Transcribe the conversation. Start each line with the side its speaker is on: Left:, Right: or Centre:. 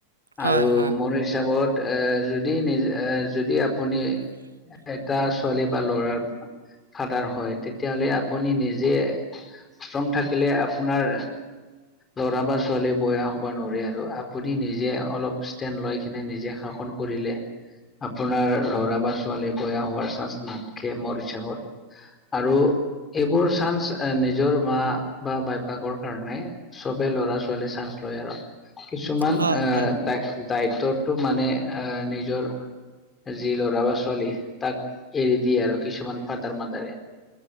Right: হয়
Left: আৰু
Right: হয়
Left: মোৰ হিচাপত এ যদি নিজ এ যদি আপুনি এ এটা ছোৱালী বা ল'ৰাৰ ফাদাৰ হয় তেতিয়াহলে আপুনি নিজে ষ্ট্ৰং থাকিলে আপোনাৰ লৰা বা ছোৱালী বেয়া হ'ব নোৱাৰে আৰু আপুনি নিজে অলপ ষ্টেনড লৈ কিনে নিজে শাসন কৰিলে আপোনাৰ ল'ৰা বা ছোৱালী বেয়া হোৱাৰ চান্স নাথাকে মোৰ হিচাপত। আৰু এইবোৰ চান্স নিজৰ মা বা বাইপাকৰ কাৰণে চবে ল'ৰা ছোৱালী চাঞ্চ লয় আৰু, কিছুমান
Right: হয়
Left: আহ
Right: হয়
Left: দ দায়িত্বতটো মানে এ নিজৰ যি ল'ৰা বা ছোৱালী তাক এৰি দিয়ে আৰু কিছুমান ফাদাৰ - মাদাৰে।